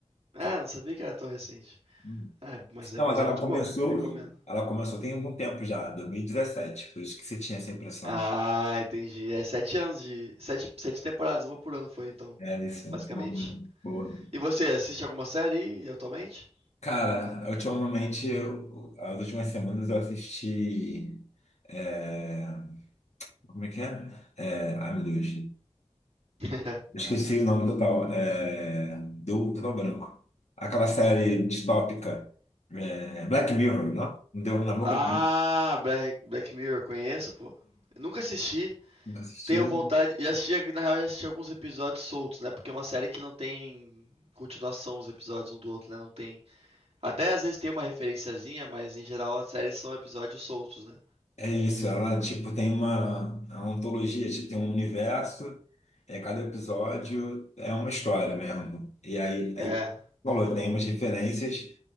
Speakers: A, on the right; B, on the left.
A: Ah,
B: Que é-
A: não sabia que era tão recente.
B: um
A: Ah, mas é,
B: Não,
A: mas
B: mas ela
A: é muito
B: começou,
A: boa, recomendo.
B: ela começou tem algum tempo já, 2017, por isso que você tinha essa impressão.
A: Ah, entendi. É sete anos de. Sete, sete temporadas, uma por ano foi então,
B: É isso,
A: basicamente.
B: então, boa.
A: E você assiste alguma série aí, atualmente?
B: Cara, ultimamente, eu- as últimas semanas eu assisti. é, como é que é? É, ai, meu Deus.
A: <laughs>
B: Eu esqueci o nome total. É, deu um total branco. Aquela série distópica. é, Black Mirror, não? Deu um na boca.
A: Ah, Black, Black Mirror, conheço, pô. Eu nunca assisti,
B: Nunca assistiu?
A: tenho vontade. Já assisti, na real, já assisti alguns episódios soltos, né? Porque é uma série que não tem continuação os episódios um do outro, né? Não tem. Até às vezes tem uma referenciazinha, mas em geral as séries são episódios soltos, né?
B: É isso, ela tipo tem uma, é uma antologia, tipo tem um universo, é, cada episódio é uma história mesmo. E aí
A: É.
B: é falou, tem umas referências.